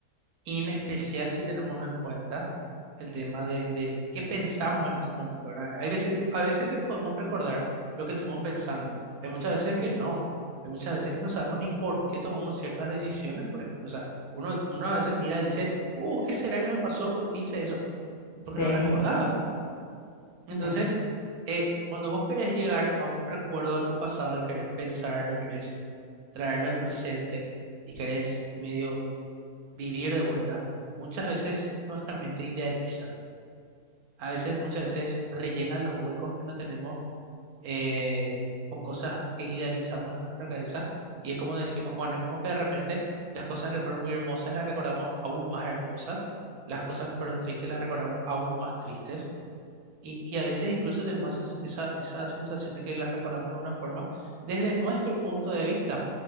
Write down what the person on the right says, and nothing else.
y en especial si tenemos en cuenta el tema de, de qué pensamos en ese momento, ¿verdad? Hay veces que, a veces que podemos recordar lo que estuvimos pensando, hay muchas veces que no, hay muchas veces que no sabemos ni por qué tomamos ciertas decisiones, por ejemplo, o sea, uno, uno a veces mira y dice, uh, ¿qué será que me pasó? ¿Por qué hice eso? Porque
no recordabas.
Entonces,
eh, cuando vos querés llegar a un recuerdo de tu pasado y querés pensarlo, querés traerlo al presente y querés medio vivir de vuelta, muchas veces nuestra mente idealiza. A veces, muchas veces rellena los huecos que no tenemos eh, con cosas que idealizamos en nuestra cabeza. Y es como decimos, bueno, es como que de repente las cosas que fueron muy hermosas las recordamos aún más hermosas, las cosas que fueron tristes las recordamos aún más tristes. Y, y a veces incluso tenemos esa, esa esa sensación de que las recordamos de una forma desde nuestro punto de vista,